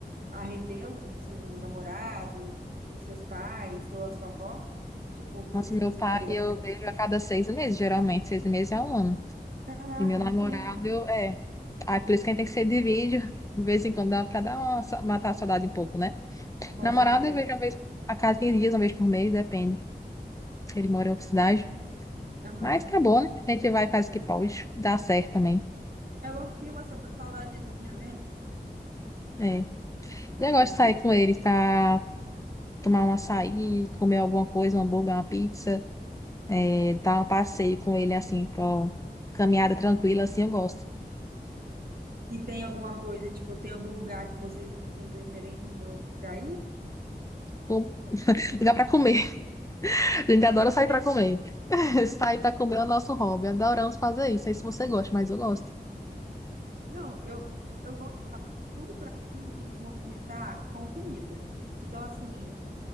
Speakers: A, on the right (about 60°); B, on the left (about 20°).
A: a rever o o seu namorado, os seus pais ou a sua avó? Tipo, por
B: Nossa,
A: isso
B: meu
A: que você
B: pai
A: fica ligando.
B: eu vejo a cada seis meses, geralmente, seis meses é um ano.
A: Caraca,
B: E meu namorado,
A: muito tempo, né?
B: eu- é. Ah, por isso que a gente tem que ser de vídeo, de vez em quando dá pra dar uma sa- matar a saudade um pouco, né?
A: Com
B: Namorado
A: certeza.
B: eu vejo uma vez a cada 15 dias, uma vez por mês, depende. Se ele mora em outra cidade.
A: Aham.
B: Mas tá bom, né? A gente vai e faz o que pode. Dá certo também.
A: É bom que cria uma sa- saudadezinha, né?
B: É.
A: Fazer
B: Eu gosto
A: o
B: de sair
A: quê?
B: com ele pra tomar um açaí, comer alguma coisa, um hambúrguer, uma pizza, é, dar um passeio com ele, assim, pra uma caminhada tranquila, assim, eu gosto.
A: E tem alguma coisa, tipo, tem algum lugar que vocês têm preferência por, pra ir?
B: Com- Lugar pra comer. A
A: Um
B: gente
A: lugar
B: adora
A: pra comer?
B: sair pra comer. <laughs> Sair pra comer é o nosso hobby. Adoramos fazer isso. Não sei se você gosta, mas eu gosto.
A: Não, eu, eu gosto de tudo pra mim, tem que movimentar com comida. Então, assim,